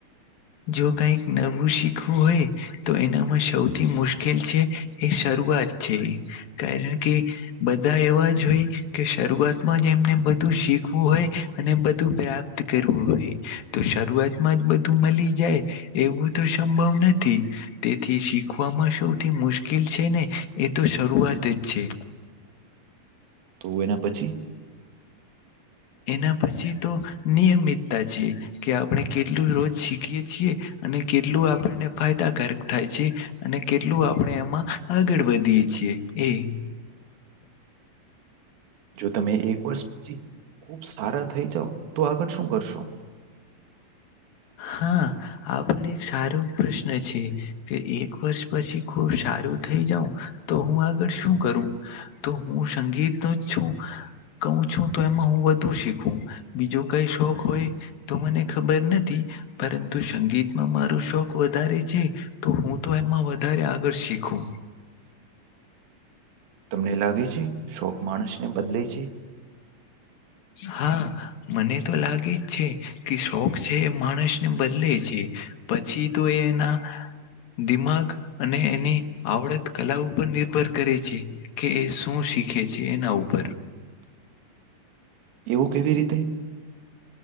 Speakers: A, on the left; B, on the right.
A: જો કઈક નવું શીખવું હોય તો એનામાં સૌથી મુશ્કેલ છે એ શરૂઆત છે કારણ કે બધા એવા જ હોય કે શરૂઆતમાંજ એને બધું શીખ હોય અને બધું પ્રાપ્ત કરવું હોય તો શરૂઆતમાં જ બધું મલી એવું તો સંભવ નથી તેથી શીખવામાં સૌથી મુશ્કેલ છે ને એ તો શરૂવાત જ છે
B: તો એના પછી?
A: એના પછી તો નિયમિતતા છે કે આપણે કેટલું રોજ શીખીએ છીએ અને કેટલું આપણને ફાયદાકારક થાય છે અને કેટલું આપણે એમાં આગળ વધીએ છીએ યે એ
B: જો તમે એક વર્ષ પછી ખુબ સારા થઈ જાાવ તો આગળ શું કરશો?
A: હા આ પણ એક સારું પ્રશ્ન છે કે એક વર્ષ પછી ખુબ સારું થઇ જાઉં. તો હું આગળ શું કરું, તો હું સંગીત નો જ છું. કું છું તો એમાં હું વધુ શીખું બીજો કઈ શોખ હોય તો મને ખબર નથી. પરંતુ સંગીતમાં માર શોખ વધારે છે તો હું તો એમાં વધારે આગળ શીખું.
B: તમને લાગે છે, શોખ માણસને બદલે છે.
A: હા, મને તો લાગે જ છે, કે શોખ છે એ માણસને બદલે છે. પછી તો એ એના દિમાગ અને એની આવડત કલા ઉપર નિર્ભર કરે છે. કે એ શું શીખે છે એના ઉપર.
B: એવું કેવી રીતે?